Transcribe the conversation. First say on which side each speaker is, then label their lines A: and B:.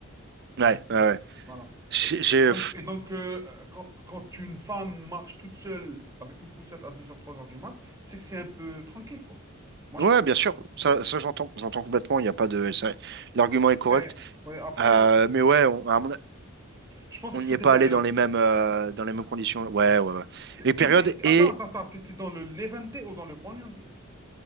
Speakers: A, on the right; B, on the right.
A: Ouais,
B: Je te
A: ouais, ouais.
B: suis- Voilà.
A: J'ai,
B: Et
A: j'ai-
B: et donc, et donc euh, quand, quand une femme marche toute seule avec une poussette à deux heures, trois heures du mat, c'est que c'est un peu tranquille, quoi. Moi,
A: Ouais,
B: je pense
A: bien sûr, ça, ça j'entends, j'entends complètement. Il y a pas de, ça- l'argument est
B: après,
A: correct.
B: ouais, après
A: Euh, mais ouais, on, à mon-
B: je pense
A: on
B: que c'est
A: n'y est
B: des
A: pas
B: périodes.
A: allé dans les mêmes, euh, dans les mêmes conditions. Ouais, ouais, ouais. Les périodes
B: T'étais-
A: et,
B: attends, attends, attends, t'étais dans le Levante ou dans le Poniente?